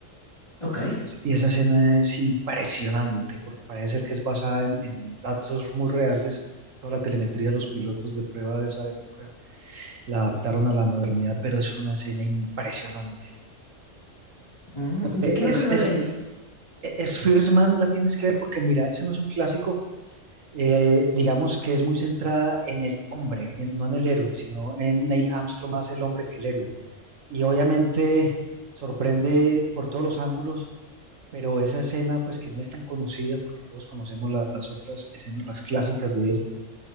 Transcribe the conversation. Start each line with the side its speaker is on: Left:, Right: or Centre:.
Left: Ok.
Right: Y esa escena es impresionante porque parece ser que es basada en, en datos muy reales. Toda la telemetría de los pilotos de prueba de esa época la adaptaron a la modernidad, pero es una escena impresionante.
Left: Mm,
Right: No, Eh,
Left: creo
Right: Es,
Left: que no
Right: es,
Left: la he visto.
Right: es First Man, la tienes que ver porque mira, ese no es un clásico, eh, digamos que es muy centrada en el hombre, en- no en el héroe, sino en Neil Armstrong más el hombre que el héroe. Y obviamente sorprende por todos los ángulos Pero esa escena, pues que no es tan conocida, porque todos conocemos la- las otras escenas, las clásicas de él,